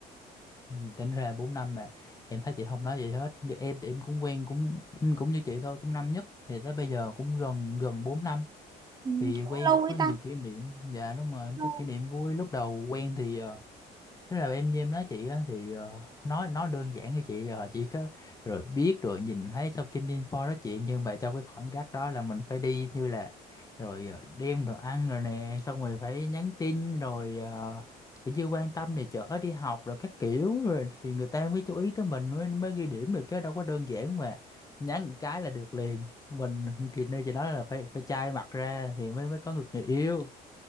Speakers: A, on the left; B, on the right.
A: Ừ, tính ra 4 năm mà em thấy chị không nói gì hết như em thì em cũng quen cũng ừ, cũng như chị thôi cũng năm nhất thì tới bây giờ cũng gần gần bốn năm
B: Ừ,
A: thì quen
B: cũng lâu
A: cũng có
B: đấy
A: nhiều
B: ta.
A: kỷ niệm dạ đúng rồi em
B: Lâu.
A: có kỷ niệm vui lúc đầu quen thì ờ, Thế là em với em nói chị á, thì ờ, nói nói đơn giản cho chị ờ, chỉ có rồi biết rồi nhìn thấy thông tin info đó chị nhưng mà trong cái khoảng cách đó là mình phải đi như là rồi ờ, đem đồ ăn rồi nè xong rồi phải nhắn tin rồi ờ, kiểu như quan tâm này chở đi học rồi các kiểu rồi thì người ta mới chú ý tới mình mới mới ghi điểm được chứ đâu có đơn giản mà nhắn một cái là được liền mình thì nơi chị nói là phải phải chai mặt ra thì mới mới có được người yêu